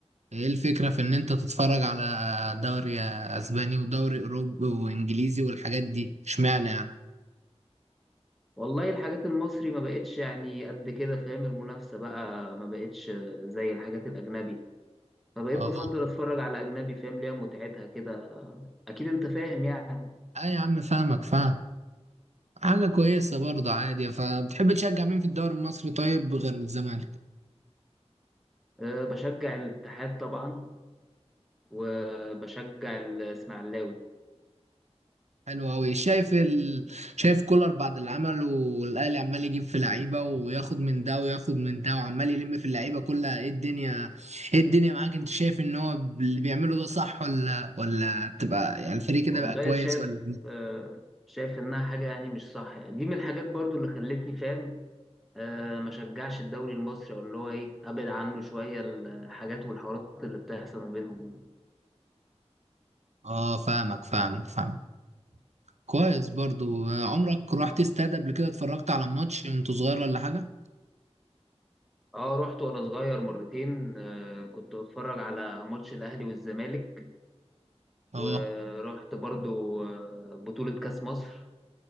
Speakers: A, on the right; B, in the centre.
A: ايه الفكرة في ان انت تتفرج على دوري اسباني ودوري اوروبي وانجليزي والحاجات دي اشمعنى يعني
B: والله الحاجات المصري ما بقتش يعني قد كده فاهم المنافسه بقى ما بقتش زي الحاجات الاجنبي فبقيت
A: اه
B: بفضل اتفرج على اجنبي فاهم ليها متعتها كده اكيد انت فاهم يعني
A: اه يا عم فاهمك فاهم حاجة كويسة برضه عادي فبتحب تشجع مين في الدوري المصري طيب غير الزمالك
B: أه بشجع الاتحاد طبعا وبشجع الاسماعيلاوي
A: حلو أوي شايف ال... شايف كولر بعد اللي عمله والأهلي عمال يجيب في لعيبة وياخد من ده وياخد من ده وعمال يلم في اللعيبة كلها ايه الدنيا ايه الدنيا معاك انت شايف ان هو اللي بيعمله ده صح ولا ولا تبقى يعني الفريق كده
B: والله
A: بقى كويس
B: شايف
A: ولا إيه؟
B: أه شايف انها حاجه يعني مش صح دي من الحاجات برضو اللي خلتني فاهم أه ما شجعش الدوري المصري او اللي هو ايه ابعد عنه شويه الحاجات والحوارات اللي بتحصل ما بينهم دي.
A: اه فاهمك فاهمك فاهم كويس برضو آه، عمرك رحت استاد قبل كده اتفرجت على ماتش وانت صغير ولا حاجة
B: اه رحت وانا صغير مرتين أه كنت بتفرج على ماتش الاهلي والزمالك
A: اه
B: ورحت برضو آه، بطولة كأس مصر